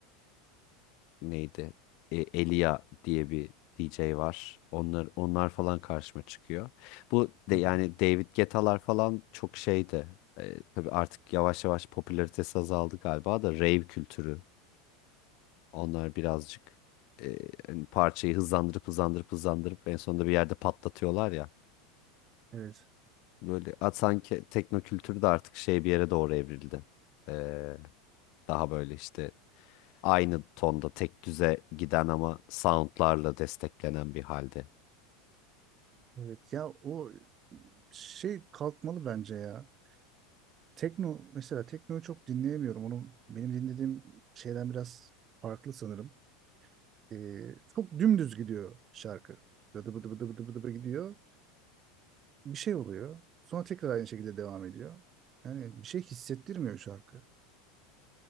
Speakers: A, on the left; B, on the right.
A: neydi? E, Elia diye bir DJ var. Onlar onlar falan karşıma çıkıyor. Bu de
B: Hı
A: yani
B: hı.
A: David Guetta'lar falan çok şeydi. E, tabii artık yavaş yavaş popülaritesi azaldı galiba da rave kültürü. Onlar birazcık e, hani parçayı hızlandırıp hızlandırıp hızlandırıp en sonunda bir yerde patlatıyorlar ya.
B: Evet.
A: Böyle at sanki tekno kültürü de artık şey bir yere doğru evrildi. E, daha böyle işte Aynı tonda tek düze giden ama soundlarla desteklenen bir halde.
B: Evet ya o şey kalkmalı bence ya. Tekno mesela teknoyu çok dinleyemiyorum. Onu benim dinlediğim şeyden biraz farklı sanırım. Ee, çok dümdüz gidiyor şarkı. Bıdı bıdı bıdı bıdı bıdı bıdı gidiyor. bir şey oluyor. Sonra tekrar aynı şekilde devam ediyor. Yani bir şey hissettirmiyor şarkı.